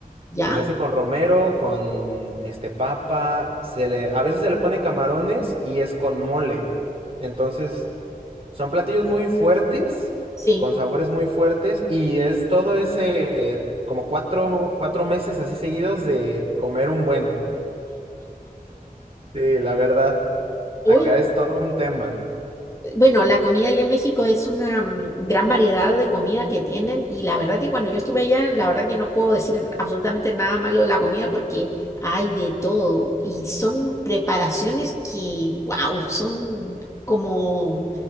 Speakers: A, on the left; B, on the right.
A: ¿Ya?
B: que se hace con romero, con este papa, se le a veces se le pone camarones y es con mole. Entonces, son platillos muy fuertes,
A: Sí.
B: con sabores muy fuertes y es todo ese como cuatro, cuatro meses así seguidos de comer un buen. Sí, la verdad, acá
A: Uy,
B: es todo un tema.
A: bueno, la comida allá en México es una mm, gran variedad de comida que tienen y la verdad que cuando yo estuve allá, la verdad que no puedo decir absolutamente nada malo de la comida porque hay de todo y son preparaciones que, wow, son como,